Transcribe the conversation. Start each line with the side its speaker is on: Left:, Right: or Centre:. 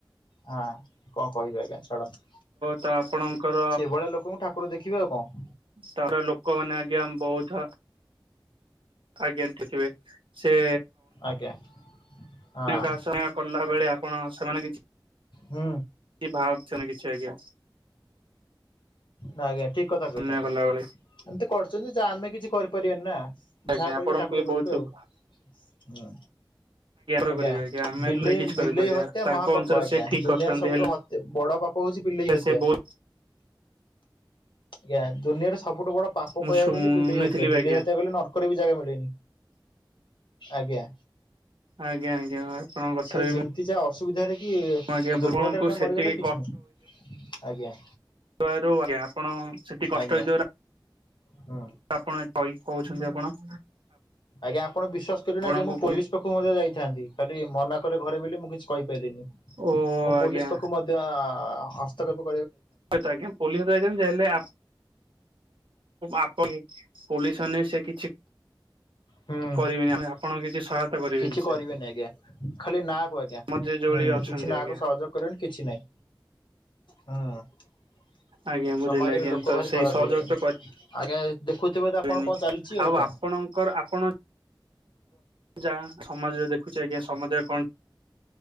Left: ହାଁ କଣ କହିବି ଆଜ୍ଞା ଛାଡ଼ନ୍ତୁ।
Right: ତ ଆପଣଙ୍କର
Left: ସେଭଳିଆ ଲୋକଙ୍କୁ ଠାକୁର ଦେଖିବେ ଆଉ କଣ?
Right: ତାର ଲୋକମାନୋନେ ଆଜ୍ଞା ବହୁଥା -- ଆଜ୍ଞା ଥକିବେ ସେ
Left: ଆଜ୍ଞା। ହଁ
Right: ନିଅ କାଆସ କଲା ବେଳେ ଆପଣ ସେମାନେ କିଛି
Left: ହୁଁ।
Right: କି ଭାବ୍‌ଛ କିଛି ଆଜ୍ଞା।
Left: ନାଁ ଆଜ୍ଞା ଠିକ କଥା କହିଛନ୍ତି
Right: ଅନ୍ୟ କଲା ବେଳେ
Left: ଏମିତି କରିଛନ୍ତି ଯେ ଆମେ କିଛି କରିପାରିବା ନା
Right: ଆଜ୍ଞା
Left: ଯାହା କରିବେ
Right: ଆପଣଙ୍କୁ
Left: ଠାକୁର
Right: ବି
Left: କରିବେ
Right: ବହୁତ ଦୁଃଖ
Left: ଆଉ ହୁଁ।
Right: ର
Left: ଆଜ୍ଞା
Right: କରିବେ ଆମେ
Left: ବିଲେଇ
Right: ଥୋଡି କିଛି କରିପାରିବା
Left: ବିଲେଇ ହତ୍ୟା
Right: ତାଙ୍କ
Left: ମହାପାପ
Right: ଅନୁସାରେ
Left: ଆଜ୍ଞା
Right: ସେ ଠିକ
Left: ଦୁନିଆରେ
Right: କରିଛନ୍ତି
Left: ସବୁଠୁ
Right: ହେଲେ
Left: ହତ ବଡ ପାପ ହଉଛି ବିଲେଇ ହତ୍ୟା
Right: ସେ ବହୁତ
Left: ୟା ଦୁନିଆରେ ସବୁଠୁ ବଡ ପାପ
Right: ମୁଁ
Left: କହିବାକୁ
Right: ଶୁଣିଥିଲି
Left: ଗଲେ ବିଲେଇ ହତ୍ୟା
Right: ବି
Left: ବିଲେଇ
Right: ଆଜ୍ଞା
Left: ହତ୍ୟା କଲେ ନର୍କରେ ବି ଜାଗା ମିଳେନି। ଆଜ୍ଞା।
Right: ଆଜ୍ଞା ଆଜ୍ଞା ଅପଣଂଙ୍କ କଥାରେ
Left: ସେ ଯେମିତି
Right: ମୁଁ
Left: ଯା ଅସୁବିଧାରେ କି ଏ
Right: ଆଜ୍ଞା ଆପଣଙ୍କୁ
Left: ଦୁର୍ଘଟଣାରେ
Right: ସେତିକି
Left: ମରିଗଲେ କିଛି ନାହିଁ ଆଜ୍ଞା।
Right: ଦୟାରୁ ଆପଣ ସେତିକି କଷ୍ଟ
Left: ଆଜ୍ଞା
Right: ହେଇଥିବ
Left: ହୁଁ।
Right: ଆପଣ କହି କହୁଛନ୍ତି ଆପଣ
Left: ଆଜ୍ଞା ଆପଣ ବିଶ୍ୱାସ କରିବେ
Right: ଆପଣଙ୍କୁ
Left: ନି କି ମୁଁ ପୋଲିସ ପାଖକୁ ମଧ୍ୟ ଯାଇଥାନ୍ତି ଖାଲି ମନା କଲେ ଘରେ ବୋଲି ମୁଁ କିଛି କହିି କଲିନି
Right: ଓ
Left: ମୁଁ
Right: ଆଜ୍ଞା
Left: ପୋଲିସ ପାଖକୁ ମଧ୍ୟ ହସ୍ତଖେପ
Right: ତ ଆଜ୍ଞା ପୋଲିସରେ ଯାଇଛନ୍ତି ହେଲେ ଆପ <inaudible> ପୋଲିସ ଆନେ ସେ କିଛି
Left: ହୁଁ
Right: କରିବେନି ଆପଣଙ୍କୁ କିଛି ସହାୟତା
Left: କିଛି
Right: ସେ
Left: କରିବେନି ଆଜ୍ଞା। ଖାଲି ନାଆକୁ ଆଜ୍ଞା
Right: ଆମର
Left: ହୁଁ
Right: ଯେ ଯୋଉଳି ଅଛନ୍ତି
Left: କିଛି ନାଆକୁ
Right: ଆଜ୍ଞା
Left: ସହଯୋଗ କରିବେନି କିଛି ନାଇଁ। ହୁଁ ଉଁ।
Right: ଆଜ୍ଞା ବୁଝିଲେ
Left: ସମାଜରେ
Right: ଆଜ୍ଞା
Left: ଲୋକ
Right: ତ
Left: ଭାରି
Right: ସେଇ
Left: ଖରାପ
Right: ସହଯୋଗ
Left: ହେଇଗଲେଣି
Right: ତ
Left: ଆଜ୍ଞା ଏ ଦେଖୁଥୁବେ
Right: କରିବେନି
Left: ତ ଆପଣ କଣ ଚାଲିଛି ଆଉ କଅଁ।
Right: ଆପଣଙ୍କର ଆପଣ ଯାଆଁ ସମାଜରେ ଦେଖୁଛି ଆଜ୍ଞା ସମାଜରେ କଣ